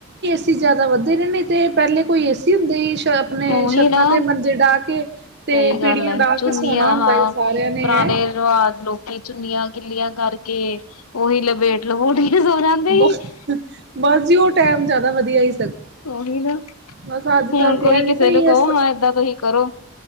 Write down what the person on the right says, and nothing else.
ਏ ਜ਼ਿਆਦਾ ਵੱਧਦੇ ਰ ਨਹੀਂ ਅਤੇ ਪਹਿਲੇ ਕੋਈ ਏਸੀ। ਆਪਣੇ
ਛੱਤਾਂ
ਤੇ ਮੰਜੇ ਡਾਹ ਕੇ ਤੇ
ਪੀੜੀਆਂ
ਡਾਹ
ਕੇ ਸੋਣਾ ਹੁੰਦਾ
ਸੀ ਸਾਰਿਆਂ ਨੇ
ਹੈਂ
ਬਸ
ਬਸ ਜੀ ਉਹ ਟੈਮ ਜਿਆਦਾ ਵਧੀਆ ਹੀ,
ਬਸ ਅੱਜ
ਕੱਲ ਤੇ
ਇਹ ਜੇ
ਬਾਈ
ਹਾਂ